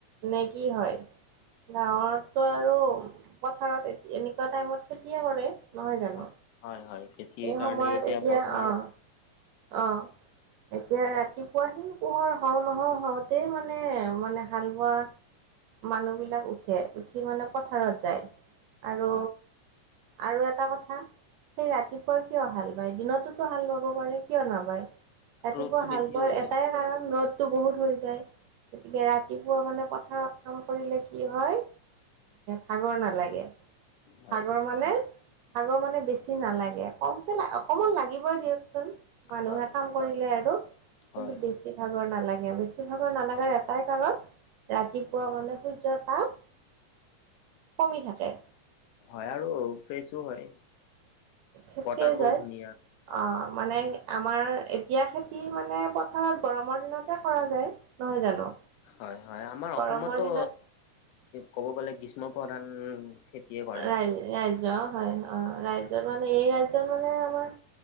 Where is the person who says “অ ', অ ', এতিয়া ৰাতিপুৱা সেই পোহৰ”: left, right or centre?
Right